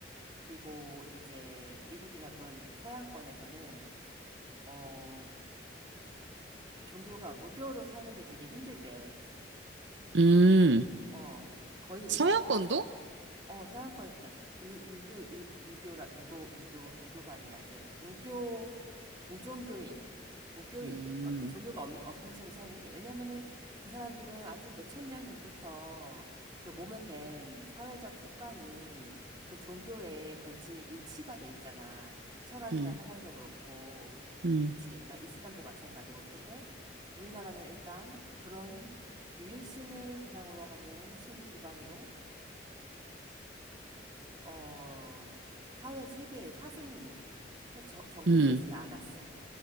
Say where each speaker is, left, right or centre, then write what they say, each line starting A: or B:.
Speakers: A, on the right; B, on the right.
A: 그리고 이제 미국이나 그런 서양권에서는 어 종교가 무교로 사는 게 되게 힘들대.
B: 음.
A: 어, 거의 무조건
B: 서양권도?
A: 크리스천. 어, 서양권 그러니까 유, 유교 유, 유교라 유교 유교 유교가 아니라 이제 무교 무종교인 무교인
B: 음,
A: 아무튼 종교가 없는 없는 채로 사용이 힘들. 왜냐면은 그 사람들은 아주 몇천 년 전부터 그 몸에 밴 사회적 습관이 그 종교에 거의 일치가 돼 있잖아. 철학이나
B: 음,
A: 사상도 그렇고.
B: 음,
A: 그치? 그러니까 이슬람도 마찬가지고. 근데 우리나라는 일단 그런 유일신을 대상으로 하는 신을 기반으로 어, 사회 체계의 사상이 서- 저- 정립되지가
B: 음,
A: 않았어.